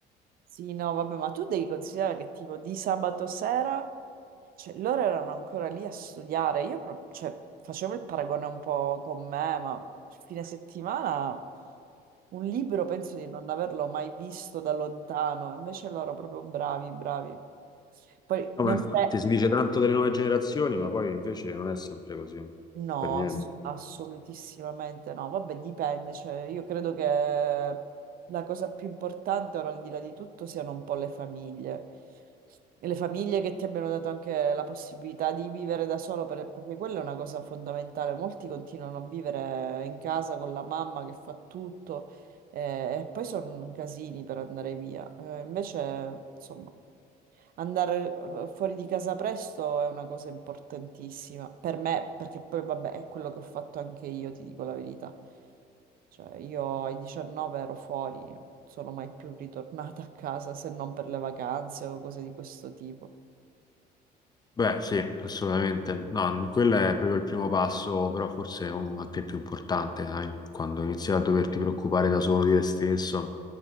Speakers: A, on the right (about 60°); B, on the left (about 25°).
A: Sì, no, vabbè, ma tu devi considerare che tipo di sabato sera, cioè loro erano ancora lì a studiare, io pro- cioè, facevo il paragone un po' con me, ma fine settimana un libro penso di non averlo mai visto da lontano, invece loro proprio bravi, bravi. Poi
B: No,
A: non,
B: ma infatti si dice tanto delle nuove generazioni, ma poi invece non è sempre così,
A: No,
B: per niente.
A: ass- assolutissimamente no. Vabbè, dipende. Cioè, io credo che la cosa più importante, ora al di là di tutto, siano un po' le famiglie. E le famiglie che ti abbiano dato anche la possibilità di vivere da solo, per- perché quella è una cosa fondamentale. Molti continuano a vivere in casa con la mamma che fa tutto, eh, e poi sono casini per andare via. Eh, invece, insomma. Andare eh, fuori di casa presto è una cosa importantissima per me, perché poi vabbè, è quello che ho fatto anche io, ti dico la verità. Cioè, io ai 19 ero fuori, non sono mai più ritornata a casa se non per le vacanze o cose di questo tipo.
B: Beh, sì, assolutamente. No, quello è proprio il primo passo, però forse è un- anche il più importante, dai, quando inizi a doverti preoccupare da solo di te stesso.